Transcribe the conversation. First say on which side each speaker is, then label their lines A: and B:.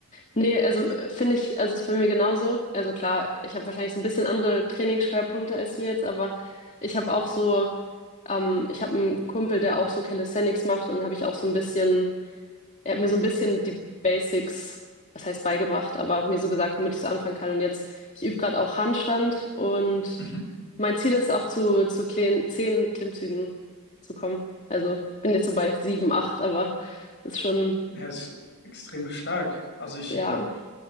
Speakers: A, on the left; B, on the left.
A: Nee, also äh, finde ich, also ist bei mir genauso. Also klar, ich habe wahrscheinlich so ein bisschen andere Trainingsschwerpunkte als du jetzt, aber ich habe auch so, ähm, ich habe einen Kumpel, der auch so Calisthenics macht und habe ich auch so ein bisschen, er hat mir so ein bisschen die Basics, was heißt beigebracht, aber mir so gesagt, womit ich so anfangen kann. Und jetzt, ich übe gerade auch Handstand und
B: Mhm.
A: mein Ziel ist auch zu, zu kleinen, zehn Klimmzügen zu kommen. Also bin jetzt so bei sieben, acht, aber ist schon,
B: Er ist extrem stark. Also ich
A: ja,